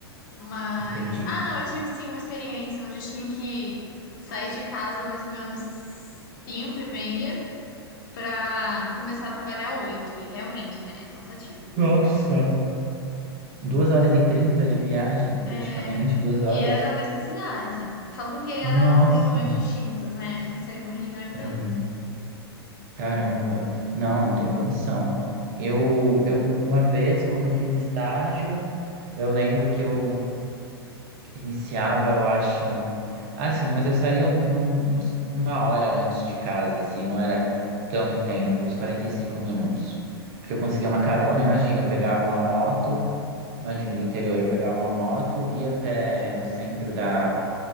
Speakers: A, on the left; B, on the right.
A: Mas,
B: Entendi.
A: ah, não, eu tive sim uma experiência onde eu tinha que sair de casa mais ou menos cinco e meia pra começar a trabalhar oito. E realmente, né? É cansativo.
B: Nossa, duas horas e trinta de viagem, praticamente,
A: É,
B: duas horas.
A: E era na mesma cidade. Só porque eram
B: Nossa,
A: regiões distintas, né? Tinha que sair de uma região e pra
B: Uhum.
A: outra.
B: Caramba, não, não tem condição. Eu, eu, uma vez, quando eu fiz estágio, eu lembro que eu Iniciava, eu acho. Ah, sim, mas eu saía um- um- uns- uma hora antes de casa, assim, não era tanto tempo, uns 45 minutos. Porque eu conseguia uma carona, imagina, eu pegava uma moto, imagina, do interior, eu pegava uma moto, ia até no centro da